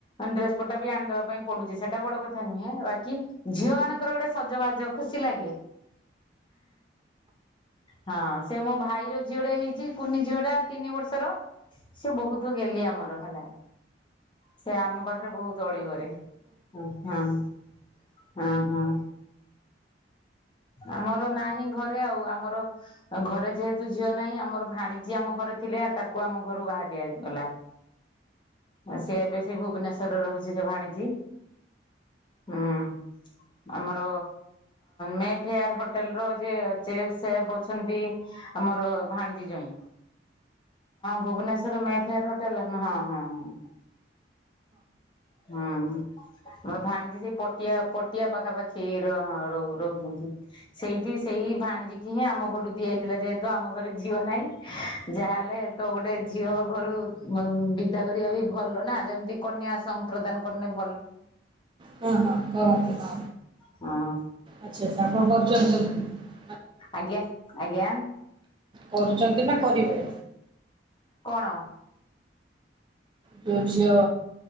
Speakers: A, on the left; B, on the right.
A: ଡ୍ରେସ ପଟା ବି ଆଣିଦବା ପାଇଁ ପଡୁଛି ସେଟା ବଡ କଥା ନୁହେଁ ବାକି ଝିଅ ମାନଙ୍କର ଗୋଟେ ସଜବାଜ ଖୁସି ଲାଗେ। ହଁ ସେ ମୋବ ଭାଇର ଝିଅଟେ ହେଇଛି କୁନିଝି ତିନି ବର୍ଷର ସେ ବହୁତ ଗେହ୍ଲି ଆମର ହେଲା। ସେ ଆମ ପାଖରେ ବହୁତ ଅଳି କରେ ହଁ। ହୁଁ ହୁଁ ଆମର ନାହିଁ ଘରେ ଆଉ ଆମର ଘରେ ଯେହେତୁ ଝିଅ ନାହିଁ ଆମର ଭାଣିଜୀ ଆମ ଘରେ ଥିଲେ ତାକୁ ଆମ ଘରୁ ବାହା ଦିଆଗଲା ସେ ଏବେ ସେ ଭୁବନେଶ୍ଵରର ରହୁଛି ସେ ଭାଣିଜୀ ହୁଁ ଆମର ମେଫେଆର ହୋଟେଲ ର ଯେ ସେ ଅଛନ୍ତି ଆମର ଭାଣିଜୀ ଜୋଇଁ। ଭୁବନେଶ୍ୱର ମେଫେୟାର ହୋଟେଲ ହଁ। ହୁଁ ହୁଁ ହୁଁ ମରସେ ଭାଣିଜି ସେଇ ପଟିଆ ପଟିଆ ପାଖାପାଖି ର ରହୁଛନ୍ତି ସେଇଠି ସେଇ ଭାଣିଜି କିି ହିଁ ଆମ ଘରୁ ଦିଆଯାଇଥିଲା ଯେହେତୁ ଆମ ଘରେ ଝିଅ ନାହିଁ ଯାହାହେଲେ ତ ଗୋଟେ ଝିଅ ଘରୁ ବିଦା କରିବା ବି ଭଲ ନା ଯେମିତି କନ୍ୟା ସମ୍ ପ୍ରଦାନ କନେ ଭଲ।
B: ହଁ ହଁ କରନ୍ତି ହଁ
A: ହଁ।
B: ଆଚ୍ଛା ଆଚ୍ଛା ଆପଣ କରୁଛନ୍ତି। <inaudible>
A: ଆଜ୍ଞା ଆଜ୍ଞା
B: କରୁଚନ୍ତି ନାଁ କରିବେ?
A: କଣ?
B: ତୁ ଝିଅ